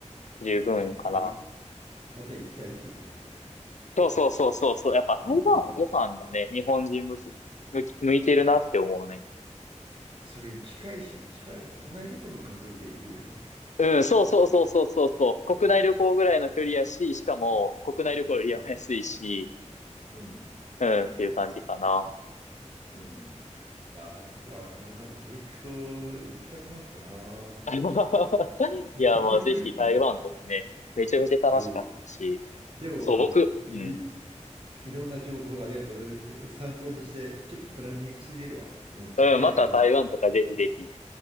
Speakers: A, on the left; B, on the right.
A: 十分かな。
B: じゃあまたい、また行きたいっていう感じだ。
A: そうそうそうそうそう。やっぱ台湾はご飯がね、
B: うん。うん
A: 日本人向き、向き、向いてるなって思うね。
B: それに近いし、近い国内旅行の感覚で行けるよね。
A: うん、そうそうそうそうそうそう。国内旅行ぐらいの距離やし、しかも国内旅行よりは安いし、
B: うん。
A: うん、っていう感じかな。
B: うん。ああ、な、なんかそれ聞くと行きたくなったな。
A: <laughs>
B: <laughs>
A: いや、まあぜひ台湾とかね、めちゃめちゃ楽しかったし、
B: うん。でも、
A: そう、僕、
B: い
A: うん、
B: いろんな情報ありがとう。参考にして、ちょっとプランニングしてみるわ。うん、ありがとう、
A: うん、また台湾とかぜひぜひ。
B: ありがと